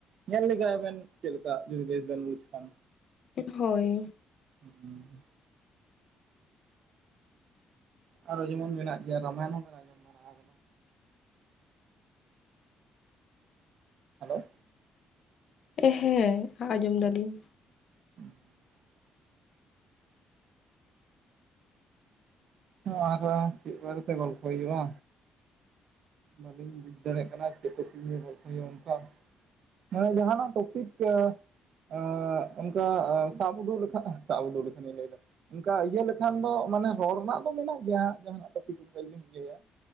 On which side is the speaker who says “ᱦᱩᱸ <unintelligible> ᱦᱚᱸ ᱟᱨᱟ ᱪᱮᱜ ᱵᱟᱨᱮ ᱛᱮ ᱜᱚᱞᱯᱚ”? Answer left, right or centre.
Right